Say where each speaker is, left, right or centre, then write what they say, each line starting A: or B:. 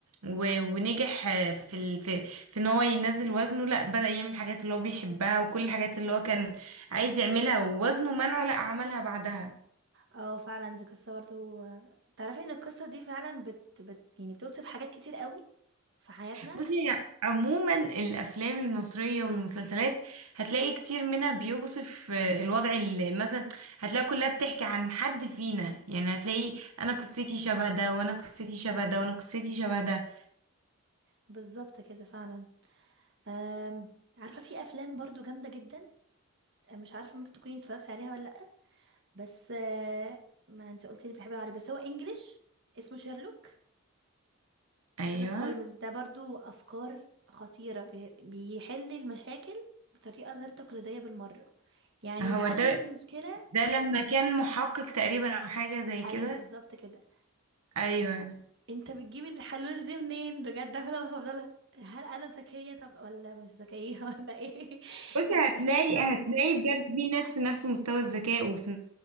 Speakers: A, on the right; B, on the right.
A: و... ونجح في ال... في في ان هو ينزل وزنه لا بدأ يعمل الحاجات اللي هو بيحبها وكل الحاجات اللي هو كان عايز يعملها ووزنه منعه لا عملها بعدها
B: اه فعلا دي قصة برضو تعرفي ان القصة دي فعلا بت, بت يعني بتوصف حاجات كتير قوي في حياتنا
A: بصي هي عموما الافلام المصريه والمسلسلات هتلاقي كتير منها بيوصف آه، الوضع اللي مثلا هتلاقي كلها بتحكي عن حد فينا يعني هتلاقي انا قصتي شبه ده وانا قصتي شبه ده وانا قصتي شبه ده
B: بالظبط كده فعلا أم... عارفة في افلام برضو جامدة جدا مش عارفة ممكن تكوني اتفرجتي عليها ولا لأ بس آه، ما انت قلتي انك بتحبي العربي بس هو انجليش اسمه شيرلوك
A: ايوه
B: شيرلوك هولمز ده برضو افكار خطيرة بي- بيحل المشاكل بطريقة غير تقليدية بالمرة يعني
A: هو
B: حل
A: ده
B: المشكلة
A: ده لما كان محقق تقريبا او حاجه زي
B: ايوه
A: كده
B: بالظبط كده
A: ايوه
B: انت بتجيب الحلول دي منين بجد انا هفضل هل انا ذكيه طب ولا مش ذكيه <laughs> ولا ايه
A: بصي
B: يشككني
A: هتلاقي
B: في نفسي
A: هتلاقي بجد في ناس في نفس مستوى الذكاء وفي